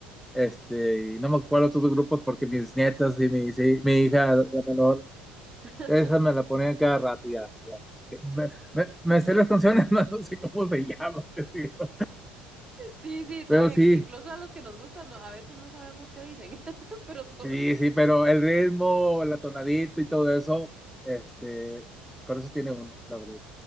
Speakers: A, in the centre; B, on the right (about 20°).
A: este, y no me acuerdo otros grupos porque mis nietas y mi, sí, mi hija, la menor,
B: <laughs>
A: esa me la ponían cada rato, ya, ya. Me, me- me sé las canciones, <laughs> más no sé cómo se llaman, <laughs> les digo.
B: Sí, sí, todo
A: Pero
B: bien.
A: sí,
B: Incluso a los que nos gustan, no, a veces no sabemos qué dicen, <laughs> pero todo
A: sí,
B: bien.
A: sí, pero el ritmo, la tonadita y todo eso, este, con eso tiene uno, la verdad.